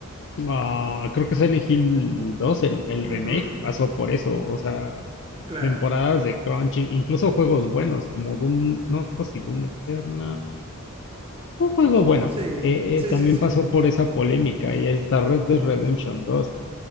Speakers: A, on the left (about 55°); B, on the right (about 25°).
A: ah, creo que Silent Hill 2, el, el
B: Ujú,
A: remake, pasó por eso. O sea,
B: Claro.
A: temporadas de crunching, incluso juegos buenos como Doom, no creo si Doom Eternal, un juego bueno,
B: Sí,
A: eh,
B: sí,
A: eh, también
B: sí, sí,
A: pasó por esa polémica y es la Red Dead Redemption 2.